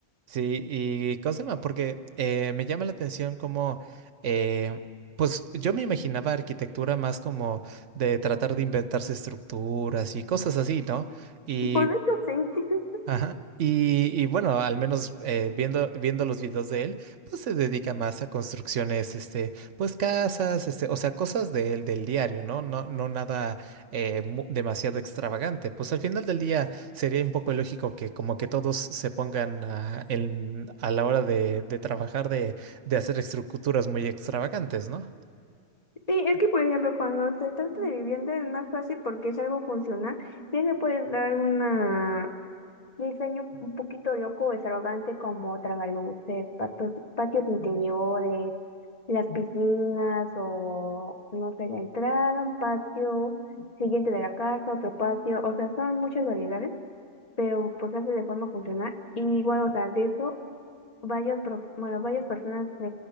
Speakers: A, on the right (about 75°); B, on the left (about 30°).
A: Sí, y ¿cómo se llama? Porque eh, me llama la atención como, eh, pues yo me imaginaba arquitectura más como de tratar de inventarse estructuras y cosas así, ¿no? Y
B: Pues de hecho sí. <laughs>
A: Ajá. Y, y bueno, al menos eh, viendo, viendo los videos de él, pues se dedica más a construcciones, este, pues casas, este, o sea, cosas del, del diario, ¿no? No, no nada eh, mu- demasiado extravagante. Pues al final del día sería un poco ilógico que como que todos se pongan a, en- a la hora de, de trabajar, de, de hacer estructuras muy extravagantes, ¿no?
B: Sí, es que por ejemplo cuando se trata de vivienda es más fácil porque es algo funcional. Ya le puedes dar una Diseño un poquito loco o extravagante como tragaluces, patos- patios interiores, las piscinas o, no sé, la entrada, un patio siguiente de la casa, otro patio, o sea, son muchas variedades, pero pues se hace de forma funcional. Y igual, o sea, de eso varios, pro- bueno, varias personas se